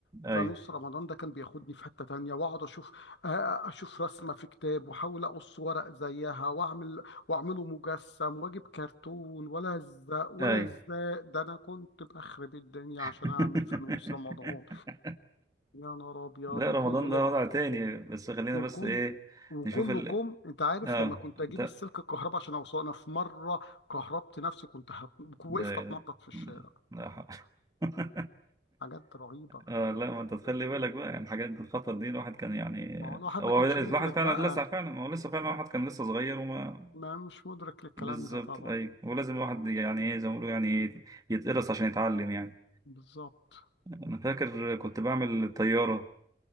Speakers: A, on the right (about 20°); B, on the left (about 85°).
A: اي
B: فانوس رمضان ده كان بياخدني في حتة تانية واقعد اشوف آه، اشوف رسمة في كتاب واحاول اقص ورق زيها واعمل واعمله مجسم واجيب كرتون ولا الزق ولا
A: اي
B: الزق ده انا كنت بخرب الدنيا
A: <laughs>
B: عشان اعمل فانوس رمضان يا نهار ابيض
A: لا
B: وكله
A: رمضان ده
B: لم
A: وضع تاني بس خلينا
B: وكل
A: بس ايه
B: وكله
A: نشوف ال
B: كم انت عارف
A: اه
B: لما كنت اجيب
A: ده
B: السلك الكهرباء عشان اوصله انا في مره كهربت نفسي كنت هت... وقفت
A: ده
B: اتنطط في الشارع
A: لا ح- <laughs>
B: حاجات رهيبة
A: اه لا ما انت تخلي بالك بقى يعني الحاجات دي الخطر دي الواحد كان يعني
B: ما هو الواحد
A: هو
B: ما كانش
A: لاحظ
B: مدرك
A: فعلا
B: بقى
A: لسه فعلا ما هو لسه فعلا
B: يعني
A: الواحد كان لسه صغير وما
B: ما مش مدرك للكلام
A: بالظبط
B: ده طبعا
A: ايوه ولازم الواحد يعني ايه زي ما بيقولوا يعني ايه يتقرص عشان يتعلم يعني
B: بالظبط
A: انا فاكر كنت بعمل الطياره